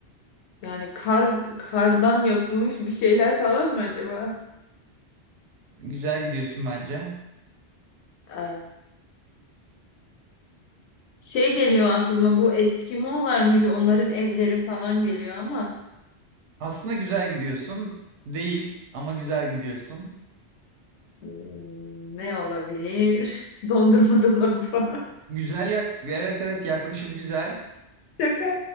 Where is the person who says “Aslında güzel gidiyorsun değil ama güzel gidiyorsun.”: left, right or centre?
Right